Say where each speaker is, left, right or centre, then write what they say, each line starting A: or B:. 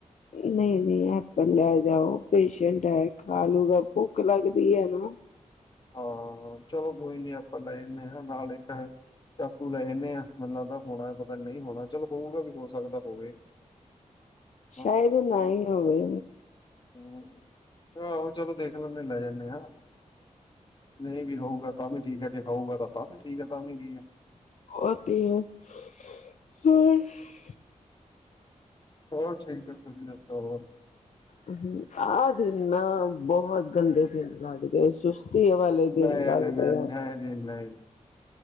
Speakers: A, on the left; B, on the left.
A: ਨਹੀਂ-ਨਹੀਂ ਐਪਲ ਲੈ ਜਾਓ, ਪੇਸ਼ੈਂਟ ਹੈ ਖਾ ਲੂਗਾ ਭੁੱਖ ਲੱਗ ਵੀ ਹੈ ਨਾ
B: ਹਾਂ, ਚਲੋ ਕੋਈ ਨੀ ਐਪਲ ਲੈ ਜਾਂਦੇ ਹਾਂ, ਨਾਲ ਇੱਕ ਹੈ ਚਾਕੂ ਲੈ ਜਾਂਦੇ ਆਂ, ਮੈਨੂੰ ਲੱਗਦਾ ਹੋਣਾ ਪਤਾ ਨਹੀਂ ਹੋਣਾ ਚਲ ਹੋਊਗਾ ਵੀ ਹੋ ਸਕਦਾ ਹੋਵੇ ਹਨਾ।
A: ਸ਼ਾਇਦ ਨਾ ਹੀ ਹੋਵੇ
B: ਹਮ, ਆਹੋ ਚਲੋ ਦੇਖ ਲੈਂਦੇ ਲੈ ਜਾਂਦੇ ਹਾਂ ਨਹੀਂ ਵੀ ਹੋਊਗਾ ਤਾਂ ਵੀ ਠੀਕ ਹੈ ਜੇ ਹੋਊਗਾ ਤਾਂ ਵੀ ਠੀਕ ਹੈ ਤਾਂ ਵੀ ਕੀ ਹੈ
A: <unintelligible> ਹੋਰ
B: ਹੋਰ ਠੀਕ ਆ ਤੁਸੀਂ ਦੱਸੋ, ਹੋਰ
A: ਹਮ, ਆਹ ਦਿਨ ਨਾ ਬਹੁਤ ਗੰਦੇੇ ਦਿਨ ਲਗਦੇ ਸੁਸਤੀ ਵਾਲੇ
B: ਨਹੀਂ-ਨਹੀਂ-ਨਹੀਂ
A: ਦਿਨ ਲੱਗਦੇ
B: ਜੀ ਨਹੀਂ